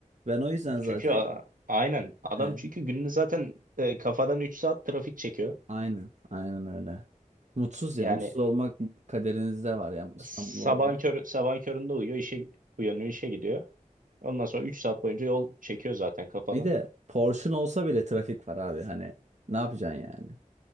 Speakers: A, on the right; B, on the right.
A: Ben o yüzden
B: Çünkü
A: zaten
B: a- aynen adam
A: e,
B: çünkü gününü zaten e, kafadan 3 saat trafik çekiyor.
A: aynen aynen öyle. Mutsuz ya
B: Yani
A: mutsuz olmak kaderinizde var ya İstanbul
B: sabahın
A: olarak.
B: körü, sabahın köründe uyuyor, işe uyanıyor, işe gidiyor. Ondan sonra 3 saat boyunca yol çekiyor zaten kafadan.
A: Bir de Porsche'un olsa bile trafik var abi hani ne yapacaksın yani?